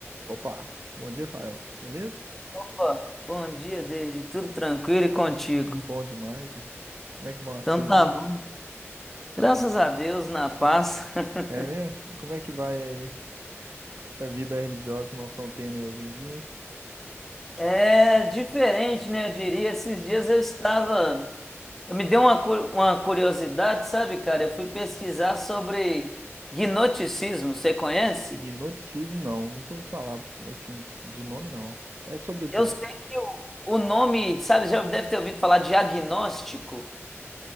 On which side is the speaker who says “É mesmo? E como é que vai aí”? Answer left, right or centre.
Right